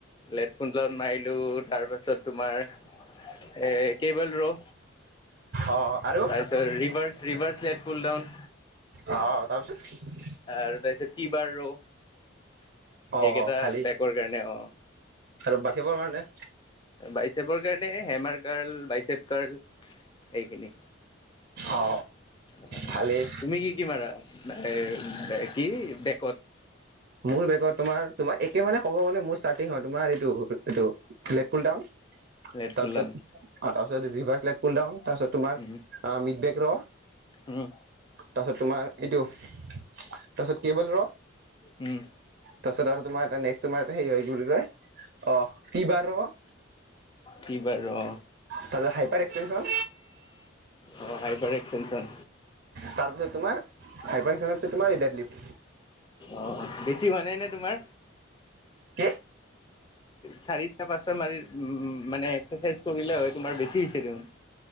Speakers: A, on the left (about 20°); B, on the right (about 50°).
A: লেত পুল ডাউন মাৰিলো, তাৰ পাছত তোমাৰ এ কেবেল ৰ
B: অ আৰু
A: এ reverse reverse lat pull down.
B: অ তাৰপিছত
A: আৰু তাৰপিছত টিবাৰ ৰৌ, সেইকেইটা
B: অ ভালেই
A: বেকৰ কাৰণে অ'।
B: আৰু বাইচেপৰ কাৰণে
A: বাইচেপৰ কাৰণে, হেমাৰ কাৰ্ল বাইচেপ কাৰ্ল। সেইখিনি,
B: অ
A: অ
B: ভালেই
A: তুমি কি কি মাৰা এই এ কি বেকত
B: মোৰ বেকত তোমাৰ তোমাৰ একে মানে ক'ব গ'লে মোৰ ষ্টাৰ্টিং হয়, তোমাৰ এইটো এইটো। Lat pull down
A: lat
B: তাৰপিছত
A: pull ডাউন
B: তাৰপিছত ৰিভাৰ্চ লেট পুল ডাউন তাৰপিছত তোমাৰ
A: উম
B: অ মিত বেক ৰ'।
A: উম।
B: তাৰপিছত তোমাৰ এইটো তাৰপিছত কেবল ৰ'।
A: উম
B: তাৰপিছত আৰু তোমাৰ নেক্স তোমাৰ সেই হয়, কি বুলি কয় অ'। টি বাৰ ৰ'।
A: কি বাৰু অ
B: তাৰপাছত হাইপাৰ এক্সটেনচন।
A: অ হাইবাৰ এক্সটেনচন
B: তাৰপিছত তোমাৰ হাইপাৰ এক্সটেনচনৰ পিছত তোমাৰ দেডলিফট।
A: অ' বেছি হোৱা নাই নে তোমাৰ
B: কি
A: চাৰিটা পাঁচটা মাৰি উম মানে এক্সাৰচাইজ কৰিলে হয়, তোমাৰ বেছি হৈছে দেখোন।